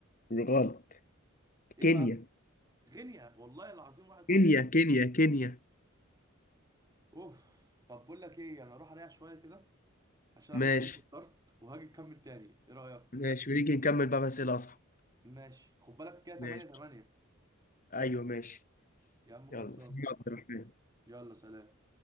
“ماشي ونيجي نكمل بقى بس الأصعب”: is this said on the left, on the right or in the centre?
Left